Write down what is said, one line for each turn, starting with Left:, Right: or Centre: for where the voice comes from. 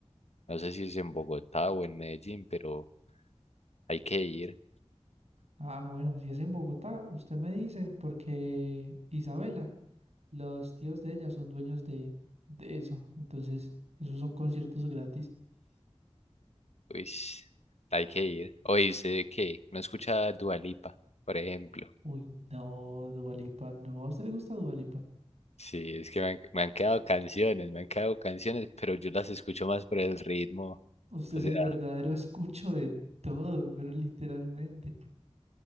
Left: No sé si es en Bogotá o en Medellín, pero hay que ir.
Right: Ah, no, bueno, si es en Bogotá, usted me dice, porque Isabela, los tíos de ella son dueños de, de eso. Entonces, esos son conciertos gratis.
Left: Uy, hay que ir. O dice que no escucha Dua Lipa, por ejemplo.
Right: Uy, no, Dualipa, no. ¿A usted le gusta Dualipa?
Left: Sí, es que me han, me han quedado canciones, me han quedado canciones, pero yo las escucho más por el ritmo.
Right: Usted
Left: O
Right: es
Left: sea,
Right: el verdadero <laughs> escucho de todo, pero literalmente.